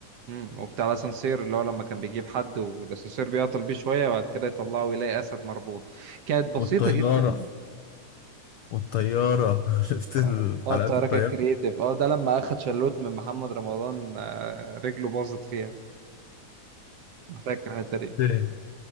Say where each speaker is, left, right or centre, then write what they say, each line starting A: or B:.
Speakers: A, on the right; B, on the left.
A: مم. وبتاع الأسانسير اللي هو لما كان بيجيب حد والأسانسير بيعطل بيه شوية وبعد كده يطلعه يلاقي أسد مربوط كانت بسيطة
B: والطيارة
A: جدا
B: والطيارة <laughs> شفت الحلقات
A: اه آه، التحرك
B: الطيارة
A: الكرييتيف اه ده لما اخد شلوت من محمد رمضان آه، رجله باظت فيها انا فاكر الحته دي
B: <laughs>